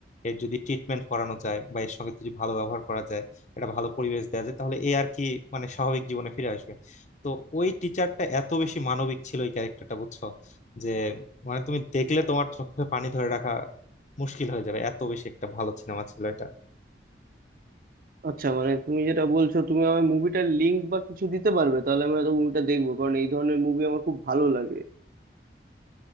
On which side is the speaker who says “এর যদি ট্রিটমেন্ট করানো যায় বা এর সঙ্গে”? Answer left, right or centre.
Left